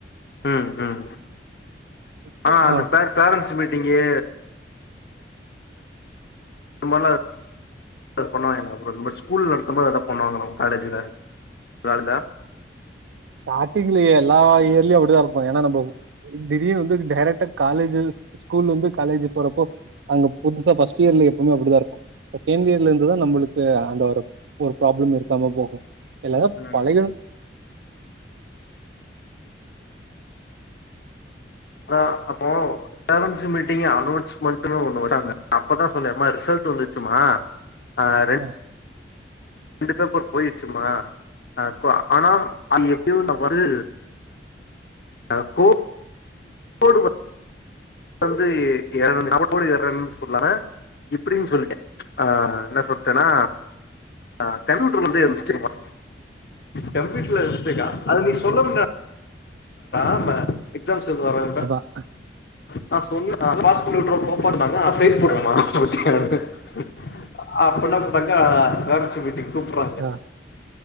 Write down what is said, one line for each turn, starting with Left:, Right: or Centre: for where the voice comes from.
Left: உம் உம்
Right: <inaudible>
Left: அந்த பேர் பேரண்ட்ஸ் மீட்டிங்கு மல்ல பண்ணுவாங்களா அப்புறோ அ இந்த மாதிரி ஸ்கூல் நடத்தும் மாதிரது அதுதா பண்ணுவாங்க நம்ம காலேஜ்ல காஜா
Right: ஸ்டாடிங்ல எல்லா இயர்லயு அப்டிதா இருப்போ ஏனா நம்ம திடீர்னு வந்து டைரெக்ட்டா காலேஜ் ஸ்கூல் வந்து காலேஜி போறப்போ அங்க புதுசா ஃபர்ஸ்ட் இயர்ல எப்பவுமே அப்டிதா இருக்கு செகண்ட் இயர்ல இருந்து தா நம்மளுக்கு அந்த ஒரு ஒரு ப்ராப்ளம் இருக்காம போகும் எல்லாதா
Left: ம்
Right: பழகிடும்
Left: ஆனா அப்போ பேரண்ட்ஸ் மீட்டிங் அனௌன்ஸ்மெண்ட்டுனு ஒண்ணு வச்சாங்க அப்பதா சொன்ன அம்மா ரிசல்ட் வந்துச்சுமா ஆ ரெண்
Right: ஆ
Left: ரெண்டு பேப்பர் போயிருச்சுமா அப்போ ஆனா அது எப்பயோ நா வரு ஆ கோ போடுவ அதாவது <inaudible> சொல்லாம இப்புடின் சொல்லிட்டே ஆ என்ன சொல்ட்டேன்னா ஆ கம்ப்யூட்டர்ல வந்து மிஸ்டேக்கா கம்யூட்டர்ல மிஸ்டேக்கா அது நீ சொல்ல வந்த ஆமா எக்ஸாம்ஸ் எழுத வறப்ப
Right: அ
Left: நா சொன்னே அதுதா பாஸ் பண்ணி விட்ருவோ போப்பான்டாங்க ஆனா ஃபெயில் போட்டு <unintelligible> அப்பல்லா <unintelligible> பேரன்ஸ்சு மீட்டிங் கூப்புட்ராங்க
Right: ஆ